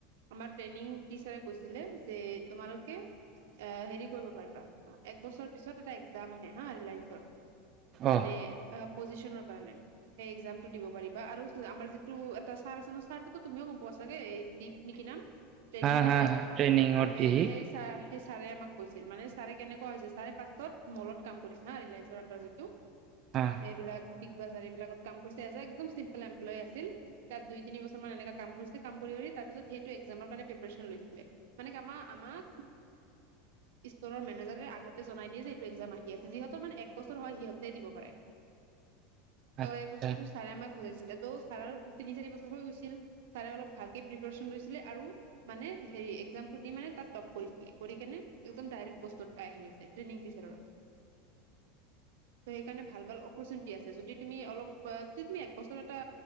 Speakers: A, on the right; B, on the right.
A: আমাৰ ট্ৰেইনিং টিচাৰে কৈছিলে যে তোমালোকে আহ হেৰি কৰিব পাৰিবা এক বছৰ পিছত এটা এক্জাম আহে হা ৰিলায়ন্ঞ্চত মানে
B: অ
A: অ' পজিচনৰ কাৰণে সেই একজামটো দিব পাৰিবা আৰু আমাৰ যিটো এটা ছাৰ আছে ন ছাৰটোক তুমিও গম পোৱা চাগে দীপ নে কি নাম ট্ৰেইনিং
B: হা
A: টিচাৰছে
B: হা হা
A: এটা
B: ট্ৰেইনিঙত
A: সেই
B: দিহি
A: সেই চাৰ সেই ছাৰে আমাক কৈছিল মানে ছাৰে কেনেকুৱা হৈছে ছাৰে ফাৰ্ষ্টত মলত কাম কৰিছে হা ৰিলায়েন্ঞ্চৰ আৰ যিটো
B: হা
A: এইবিলাক বিগ বাজাৰ এইবিলাকত কাম কৰিছে এজ এ একদম চিম্পল এমপ্লয়ী আছিল তাত দুই তিনি বছৰমান কাম কৰি তাৰ পিছত সেইটো একজামৰ কাৰণে প্ৰিপিয়েচন লৈছিল৷ মানে কি আমাক ষ্টৰ মেনেজ আগতেই দিয়ে যে এইটো আহি আ যিহৰ মানে এক বছৰ হয় সিহ দিব পাৰে, ত
B: আচ্ছা
A: সেই বস্তুটো
B: আচ্ছা
A: ছাৰে আমাক বুজাইছিল ত তিৰি চাৰি ব গৈছিল, ছাৰে অলপ ভালকে প্ৰিপন কৰিছিলে আৰু মানে হেৰি একজামটো দি মানে তাত টপ কৰি কৰি কেনে একদম ডাইৰেক্ পোষ্টত আহি গৈছে ট্ৰেইং টিচাৰ ত' সেইকাৰণে ভাল ভাল অপৰচ আছৈ যদি তুমি অলপ য তুমি একবছৰ এটা